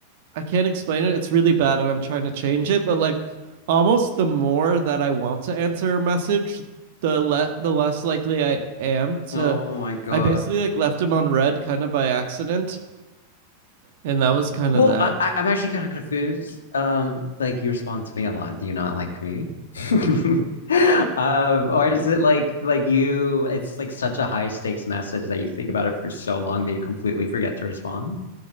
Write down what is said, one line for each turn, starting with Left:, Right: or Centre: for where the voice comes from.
Right: I can't explain it. It's really bad and I'm trying to change it, but like almost the more that I want to answer a message, the le- the less likely I am to
Left: Oh my God.
Right: I basically like left him on red kind of by accident and that was kind
Left: Well,
Right: of that
Left: I, I- I'm actually kind of confused. Um, like you respond to me a lot. Do you not like me? <laughs> Um, or is it like like you, it's like such a high stakes message that you think about it for so long that you completely forget to respond?